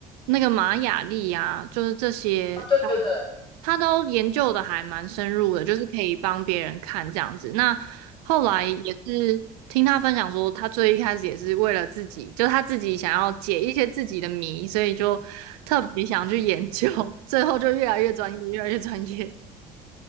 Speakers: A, on the right (about 70°); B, on the left (about 20°).
A: 那个玛雅历呀、就是这些，
B: 啊，对对对。”
A: 他他都研究的还蛮深入的，就是可以帮别人看这样子。那后来也是听他分享说，他最一开始也是为了自己，就他自己想要解一些自己的谜，所以就特别想去研究，<laughs> 最后就越来越专业，越来越专业。